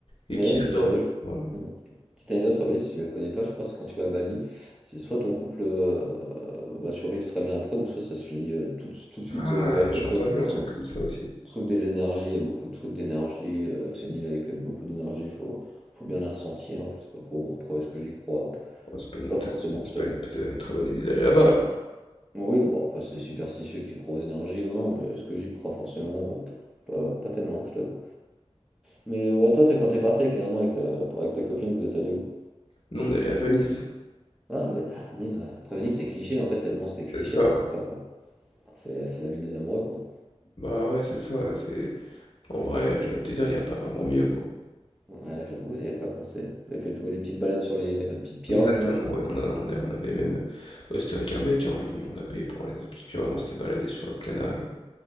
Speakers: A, on the left; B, in the centre.
A: et
B: mais
A: qui
B: une
A: adorent,
B: petite anecdote,
A: voilà.
B: mm. petite anecdote sur Bali, si tu la connais pas, je crois, c'est quand tu vas à Bali, c'est soit ton couple euh, va survivre très bien après, ou soit ça se finit euh, tout, tout de suite
A: Ah!
B: euh, direct
A: J'ai
B: après,
A: entendu
B: peu de
A: un
B: temps.
A: truc comme ça aussi.
B: Truc des énergies, il y a beaucoup de trucs d'énergie. euh, que c'est une île avec beaucoup d'énergie, faut, faut bien la ressentir. Je sais pas quoi. Bon, après, est-ce que j'y crois?
A: Oh, c'est pas une
B: Pas
A: peut-être
B: forcément,
A: c'est
B: je t'avoue.
A: pas une peut-être une très bonne idée d'aller là-bas alors.
B: Oui, bon après c'est superstitieux que tu crois aux énergies ou non, mais est-ce que j'y crois forcément? Pff, Pas, pas tellement, je t'avoue. Mais euh, ouais, toi, t'es- quand t'es parti avec les un an avec ta, pour- avec ta copine, vous êtes allé où?
A: Nous, on est allé à Venise.
B: Ah, Ve- ah, Venise, ouais. Après Venise, c'est cliché, mais en fait, tellement c'est cliché,
A: C'est ça,
B: c'est sympa,
A: ouais.
B: quoi. C'est c'est la ville des amoureux, quoi.
A: Bah, ouais, c'est ça, c'est en vrai, j'ai envie de te dire, il y a pas vraiment mieux, quoi.
B: Ouais, j'avoue, j'y avais pas pensé. Vous avez fait toutes les petites balades sur les euh, petites pirogues,
A: Exactement,
B: là.
A: ouais, on a on a on avait même, bah, c'était avec un mec, hein, et on a payé pour aller dans une petite pirogue, on s'était baladé sur le canal,